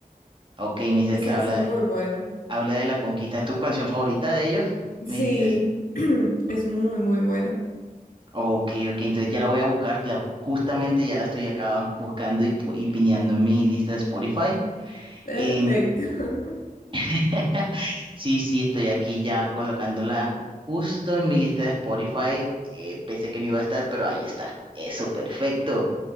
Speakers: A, on the right; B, on the left.
A: Ok, me dices
B: esa
A: que habla,
B: es muy buena.
A: habla de la conquista. ¿Es tu canción favorita de ellos? Me
B: Sí,
A: dijiste.
B: <clears throat> es muy, muy buena.
A: Ok, ok. Entonces ya la voy a buscar. La, justamente ya la estoy acá buscando y, pu- y pineando en mi lista de Spotify.
B: Perfecto.
A: Em,
B: <laughs>
A: <laughs> sí, sí, estoy aquí ya colocándola justo en mi lista de Spotify. Eh, pensé que no iba a estar, pero ahí está. Eso, perfecto.